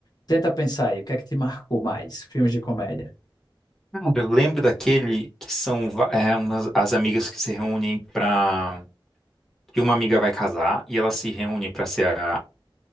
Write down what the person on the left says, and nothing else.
tenta pensar aí, o que é que te marcou mais, filmes de comédia?